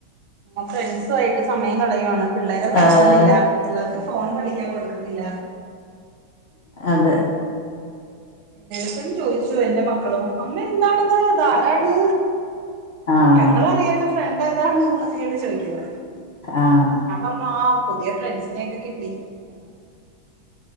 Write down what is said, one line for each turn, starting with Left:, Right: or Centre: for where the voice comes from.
Right: ഞാൻ ഫ്രൻസു ആയിട്ട് സമയം കളയുവാണ് പിള്ളേരേ നോക്കുന്നില്ല.
Left: ഏഹ്
Right: പിള്ളാർക്ക് ഫോൺ കളിക്കാൻ കൊടുക്കുന്നില്ല
Left: അതെ
Right: എന്നട്ത്തും ചോദിച്ചു എന്റെ മക്കളും അമ്മ എന്താണത്? അത് ആരാണ്?
Left: ആഹ്
Right: ഞങ്ങളറിയാത്ത ഫ്രണ്ട് ഏതാണ് എന്നൊക്കെയാണ് ചോയ്ക്കുന്നേ
Left: ആഹ്
Right: ഞാൻ പറഞ്ഞു ആഹ് പുതിയ ഫ്രൻസിനെയൊക്കെ കിട്ടി പറഞ്ഞു